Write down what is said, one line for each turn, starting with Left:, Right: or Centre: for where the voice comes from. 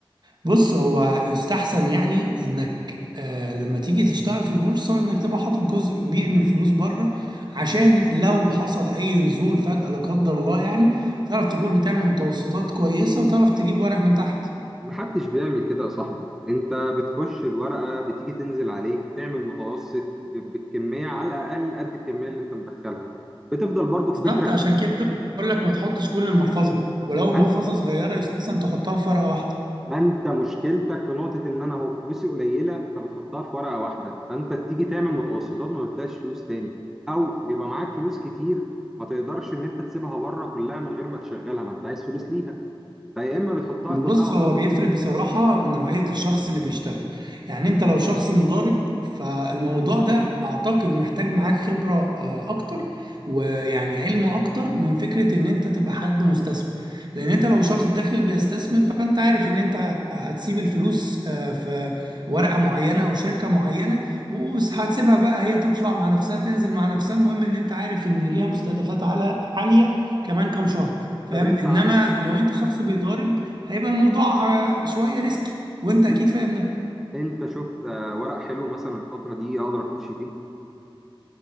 Right: بص هو يستحسن يعني انك آه لما تيجي تشتغل في البورصة انك تبقى حاطط جزء كبير من الفلوس بره عشان لو حصل اي نزول فجأة لا قدر الله يعني تعرف تكون بتعمل متوسطات كويسة وتعرف تجيب ورق من تحت
Centre: محدش بيعمل كده يا صاحبي انت بتخش الورقة بتيجي تنزل عليك تعمل متوسط ب- بالكمية على الأقل قد الكمية اللي انت مدخلها بتفضل برضو
Right: بالظبط
Centre: في فكرك
Right: عشان كده بقول لك ما تحطش كل المحفظه ولو
Centre: ما
Right: المحفظه
Centre: انت
Right: صغيره يستحسن تحطها في ورقه واحده
Centre: ما انت مشكلتك في نقطة ان انا هو فلوسي قليلة فبتحطها في ورقة واحدة فانت تيجي تعمل متوسطات وما بتلاقيش فلوس تاني او بيبقى معاك فلوس كتير ما تقدرش ان انت تسيبها بره كلها من غير ما تشغلها ما انت عايز فلوس ليها فيا اما بتحطها
Right: بص
Centre: كلها
Right: هو
Centre: برضو
Right: بيفرق بصراحة من نوعية الشخص اللي بيشتغل يعني انت لو شخص مضارب فالموضوع ده اعتقد محتاج معاك خبرة آه، اكتر ويعني علم اكتر من فكرة ان انت تبقى حد مستثمر لان انت لو شخص داخل بيستثمر فانت عارف ان انت هتسيب الفلوس آه، في ورقة معينة او شركة معينة وهتسيبها بقى هي تطلع مع نفسها تنزل مع نفسها المهم ان انت عارف ان ليها مستهدفات عالية عالية كمان كام شهر فاهم
Centre: طب انت
Right: انما
Centre: عارف
Right: لو انت شخص بيضارب هيبقى الموضوع آه، شوية ريسكي وانت اكيد
Centre: انت
Right: فاهم ده
Centre: انت شفت آه، ورق حلو مثلا الفترة دي اقدر اخش فيه